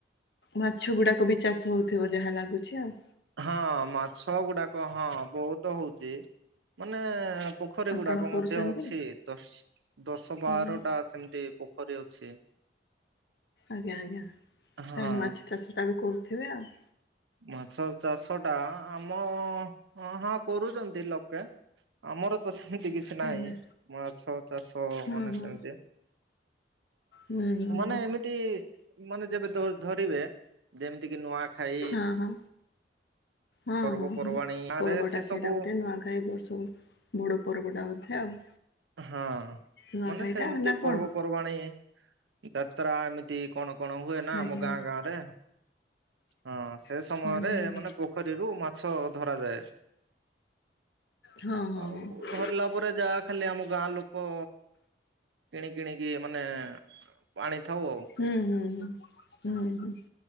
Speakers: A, on the left (about 65°); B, on the right (about 85°).
A: ମାଛ ଗୁଡାକ ବି ଚାଷ ହଉଥିବ ଯାହା ଲାଗୁଛି ଆଉ।
B: ହଁ ମାଛ ଗୁଡାକ ହଁ ବହୁତ ହଉଛି ମାନେ। ପୋଖରୀ
A: ଆପଣ
B: ଗୁଡାକ
A: କରୁଛନ୍ତି
B: ମଧ୍ୟ ଅଛି ଦଶ ଦଶ,
A: ହୁଁ
B: ବାରଟା ସେମିତି ପୋଖରୀ ଅଛି।
A: ଆଜ୍ଞା ଆଜ୍ଞା
B: ହଁ।
A: ତାହେଲେ ମାଛ ଚାଷଟା ବି କରୁଥିବେ ଆଉ।
B: ମାଛ ଚାଷ ଟା ଆ-ଆମ ହଁ ହଁ କରୁଛନ୍ତି ଲୋକେ। ଆମର ତ ସେମିତି କିଛି
A: ନାଇଁ
B: ନାହିଁ ମାଛ ଚାଷ
A: ହଁ
B: ମାନେ
A: ହଁ।
B: ସେମିତି।
A: ହୁଁ ହୁଁ
B: ମାନେ
A: ହୁଁ
B: ଏମି ତି ମାନେ ଯେବେ ଧ-ଧରିବେ ଯେମିତିକି ନୂଆଖାଇ।
A: ହଁ ହଁ। ହଁ
B: ପର୍ବପର୍ବାଣୀ
A: ହଁ ହଁ
B: ଆରେ
A: ପର୍ବଟା
B: ସେ
A: ସେଇଟା
B: ସବୁ
A: ଗୋଟେ ନୂଆଖାଇ ବର୍ଷକୁ। ବଡ଼ ପର୍ବଟା ବୋଧେ ଆଉ।
B: ହଁ
A: ନୂଆଖାଇଟା
B: ମାନେ ସେମିତି
A: ନା କଣ
B: ପର୍ବପର୍ବାଣି, ଯାତ୍ରା ଏମିତି। କଣ କଣ ହୁଏ ନା
A: ଆଜ୍ଞା
B: ଆମ ଗାଁ ଗାଁରେ ହଁ ସେ
A: ଆଜ୍ଞା
B: ସମୟରେ
A: ଆଜ୍ଞା ଆଜ୍ଞା
B: ମାନେ ପୋ ପୋଖରୀରୁ ମାଛ ଧରାଯାଏ
A: ହଁ ହଁ
B: ଆଉ।
A: ହଁ।
B: ଧରିଲା ପରେ ଯା ଖାଲି ଆମ ଗାଁ ଲୋକ କିଣି କିିଣିକି ମାନେ ଆଣିଥାଉ ଆଉ।
A: ହୁଁ ହୁଁ ହୁଁ ହୁଁ